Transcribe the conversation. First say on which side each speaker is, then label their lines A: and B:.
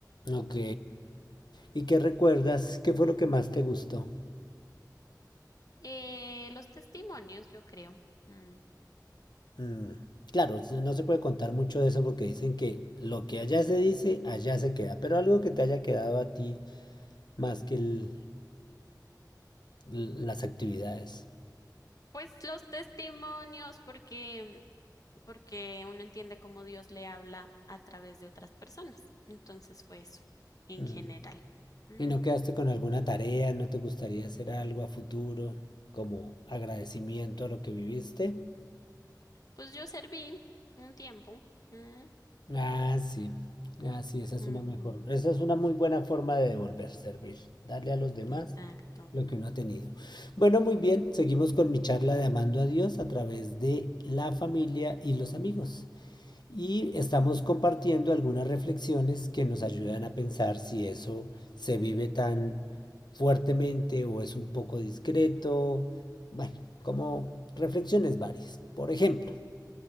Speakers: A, on the left; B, on the left.
A: Ok. ¿Y qué recuerdas? ¿Qué fue lo que más te gustó?
B: Eh, los testimonios, yo creo. Mm,
A: Mm, Claro, no se puede contar mucho de eso porque dicen que lo que allá se dice, allá se queda, pero algo que te haya quedado a ti más que el- l- las actividades.
B: Pues los testimonios, porque, porque uno entiende cómo Dios le habla a través de otras personas. Entonces fue eso, en
A: Mm.
B: general. Mm,
A: ¿Y no quedaste con alguna tarea? ¿No te gustaría hacer algo a futuro como agradecimiento a lo que viviste?
B: Pues yo serví un tiempo. Mm,
A: Ah, sí. Ah, sí, esa es
B: ujú,
A: una mejor, esa es una muy buena forma de devolver, servir, darle a los demás
B: Exacto.
A: lo que uno ha tenido. Bueno, muy bien, seguimos con mi charla de amando a Dios a través de la familia y los amigos. y estamos compartiendo algunas reflexiones que nos ayudan a pensar si eso se vive tan fuertemente o es un poco discreto. Bueno, como reflexiones varias. Por ejemplo,